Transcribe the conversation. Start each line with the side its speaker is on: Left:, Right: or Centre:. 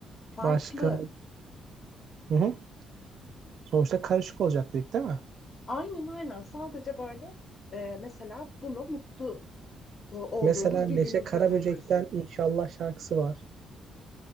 Left: Farklı.
Right: başka... Hı hı. Sonuçta karışık olacak dedik değil mi?
Left: Aynen aynen. Sadece böyle e, mesela bunu mutlu e, olduğumuz
Right: Mesela Neşe
Left: bir günün kategorisi.
Right: Karaböcek'ten İnşallah şarkısı var.